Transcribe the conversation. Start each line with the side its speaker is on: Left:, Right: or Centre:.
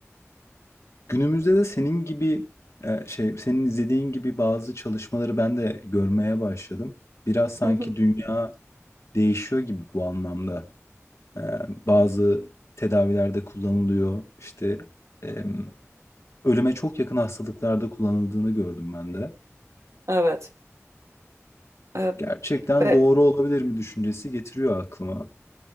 Left: Günümüzde de senin gibi, eee, şey, senin izlediğin gibi bazı çalışmaları ben de görmeye başladım. Biraz sanki
Right: Hı hı.
Left: dünya değişiyor gibi bu anlamda. Eee, bazı tedavilerde kullanılıyor. İşte, emm, ölüme çok yakın hastalıklarda kullanıldığını gördüm ben de.
Right: Evet. Ee,
Left: Gerçekten
Right: be-
Left: doğru olabilir mi düşüncesi getiriyor aklıma.